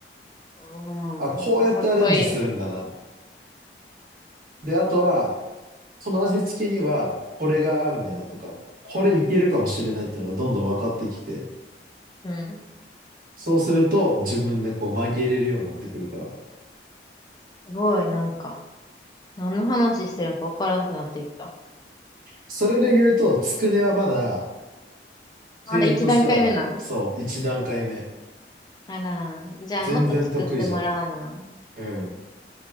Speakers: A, on the left (about 25°); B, on the right (about 50°).
A: おー、
B: あ、こうやってアレンジするんだな。
A: かっこいいな。
B: で、あとは、その味付けには、これが合うんだなとか、
A: うん。
B: これいけるかもしれないっていうのがどんどん分かってきて、
A: うん。
B: そうすると自分でこう曲げれるようになってくるから。
A: すごい、なんか、何の話してるのかわからんくなってきた。
B: それで言うと、つくねはまだ、
A: まだ一段階目なん
B: フェーズとしては、そう、一段階目。
A: あらー、じゃあもっと作ってもらうな。
B: 全然得意じゃない。うん。